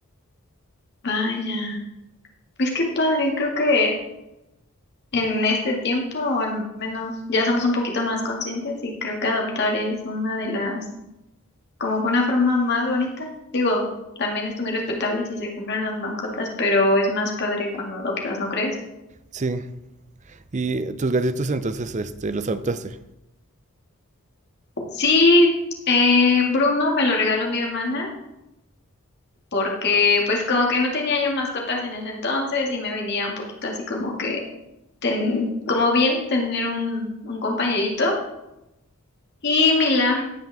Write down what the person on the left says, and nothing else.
Vaya. Pues qué padre. Creo que en este tiempo, al menos, ya somos un poquito más conscientes y creo que adoptar es una de las como con una forma más bonita. Digo, también es muy respetable si se compran las mascotas, pero es más padre cuando adoptas, ¿no crees?
Sí, eh, Bruno me lo regaló mi hermana porque pues como que no tenía yo mascotas en ese entonces y me venía un poquito así como que, ten- como bien tener un, un compañerito. Y Mila,